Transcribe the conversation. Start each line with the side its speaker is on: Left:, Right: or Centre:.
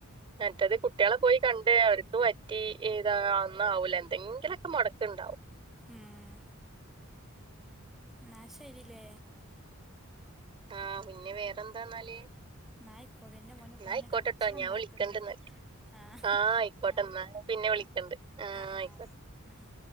Right: മറ്റത് കുട്ട്യാളെ പോയി കൺ <unintelligible> അവര്ക്ക് പറ്റി ഏതാ ഒന്നോവൂലാ എന്തെങ്കിലൊക്കെ മൊടക്ക്‌ണ്ടാവും.
Centre: ഉം, ഇന്നാ ശരില്ലേ?
Right: ആഹ് പിന്നെ വേറെന്താന്നാല്?
Centre: ഇന്നായ്ക്കോട്ടേ ഇന്റെ മോന്
Right: എന്നാ
Centre: ഫോണിന്
Right: ആയിക്കോട്ടെട്ടോ
Centre: കച്ചറണ്ടാക്ക്ണ്ട്.
Right: ഞാൻ വിളിക്കണ്ട് എന്നാല്
Centre: ആഹ്,
Right: ആ ആയിക്കോട്ടെ
Centre: ഇന്നായ്ക്കോട്ടെ
Right: എന്നാ പിന്നെ
Centre: ആഹ്
Right: വിളിക്കണ്ട് ആ
Centre: ആഹ് ആഹ്
Right: ആയിക്കോട്ടെ
Centre: ഓക് ആഹ് ആഹ്